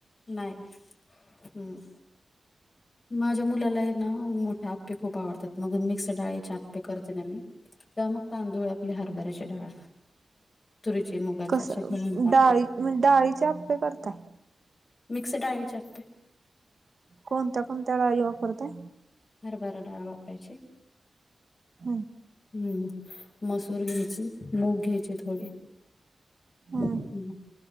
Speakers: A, on the left (about 40°); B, on the right (about 60°).
A: नाय, हम. माझ्या मुलाला हे ना मोठे आप्पे खूप आवडतात, मग मिक्स डाळीचे आप्पे करते ना मी तेंव्हा म तांदूळ, आपली हरभऱ्याची डाळ तुरीचे, मुगाचे
B: कस
A: असे घालून आप्पे
B: डाळी
A: कर
B: म्हणजे डाळीचे आप्पे करताय
A: मिक्स डाळीचे आप्पे
B: कोणत्या कोणत्या डाळी वापरताय?
A: हरभरा डाळ वापरायची
B: हं.
A: हम्म मसूर घ्यायचे, मूग घ्यायचे थोडे
B: हम्म
A: हं.